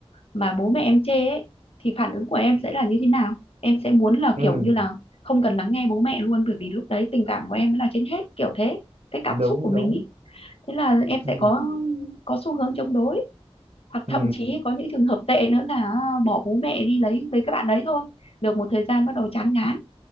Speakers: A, on the left; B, on the right.
A: mà bố mẹ em chê ấy thì phản ứng của em sẽ là như thế nào em sẽ muốn là
B: ừ
A: kiểu như là không cần lắng nghe bố mẹ luôn bởi vì lúc đấy tình cảm của em mới là trên hết kiểu thế cái cảm
B: đúng
A: xúc của mình
B: đúng
A: ý thế là em
B: ừ
A: sẽ có có xu hướng chống đối hoặc
B: ừ
A: thậm chí có những trường hợp tệ nữa là à, bỏ bố mẹ đi lấy với các bạn đấy thôi được một thời gian bắt đầu chán ngán